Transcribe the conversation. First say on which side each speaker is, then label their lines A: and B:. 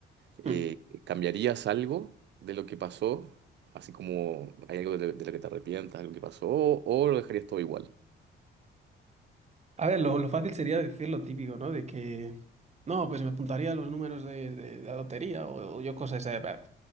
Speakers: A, on the right (about 60°); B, on the right (about 35°).
A: eh,
B: Mm.
A: ¿cambiarías algo de lo que pasó? Así como hay algo de, de lo que te arrepientas, algo que pasó, o, o lo dejarías todo igual.
B: A ver, lo, lo fácil sería decir lo típico, ¿no? De que... No, pues me apuntaría a los números de, de- de la lotería o, o yo cosas... de bah".